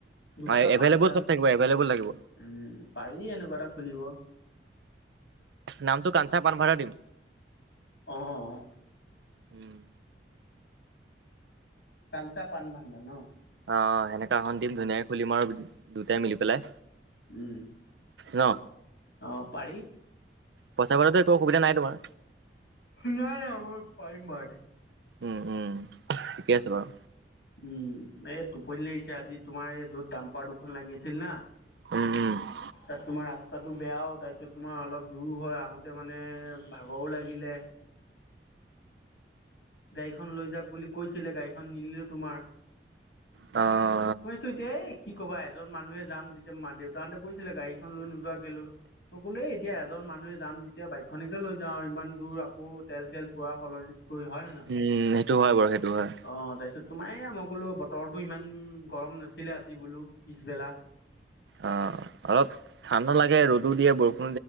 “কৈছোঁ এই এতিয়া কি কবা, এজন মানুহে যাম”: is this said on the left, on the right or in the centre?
Left